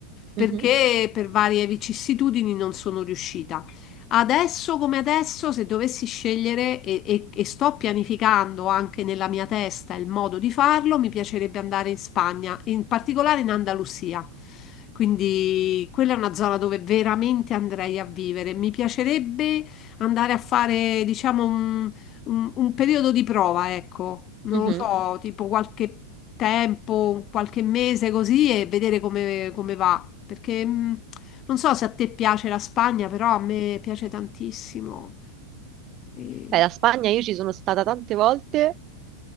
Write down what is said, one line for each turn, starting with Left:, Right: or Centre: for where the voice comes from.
Left: perché
Right: Mhm,
Left: per varie vicissitudini non sono riuscita. Adesso come adesso, se dovessi scegliere e, e- e sto pianificando anche nella mia testa il modo di farlo, mi piacerebbe andare in Spagna, in particolare in Andalusia. Quindi quella è una zona dove veramente andrei a vivere. Mi piacerebbe andare a fare, diciamo, un, un- un periodo di prova, ecco, non
Right: mhm.
Left: lo so, tipo qualche tempo, qualche mese così e vedere come, come va. Perché... mh, non so se a te piace la Spagna, però a me piace tantissimo. E-
Right: Beh, la Spagna io ci sono stata tante volte